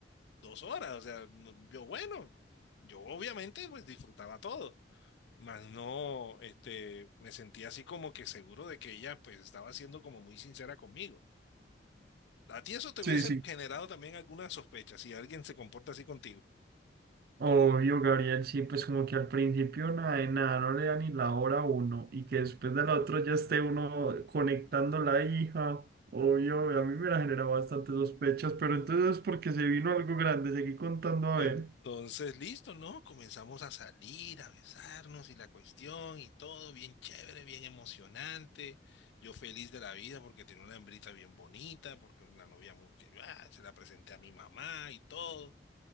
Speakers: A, on the left; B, on the right.
A: dos horas, o sea, no- yo bueno, yo obviamente pues disfrutaba todo, mas no, este, me sentía así como que seguro de que ella pues estaba siendo como muy sincera conmigo. A ti eso te
B: Sí,
A: hubiese
B: sí.
A: generado también alguna sospecha si alguien se comporta así contigo.
B: Obvio, Gabriel, sí, pues como que al principio nada de nada, no le da ni la hora a uno y que después del otro ya esté uno conectando la hija. Obvio, a mí me la generaba bastante sospechas, pero entonces porque se vino algo grande, seguí contando a
A: Entonces,
B: ver,
A: listo, ¿no? Comenzamos a salir, a besarnos y la cuestión y todo bien chévere, bien emocionante. Yo feliz de la vida porque tenía una hembrita bien bonita, porque una novia muy que ah, se la presenté a mi mamá y todo.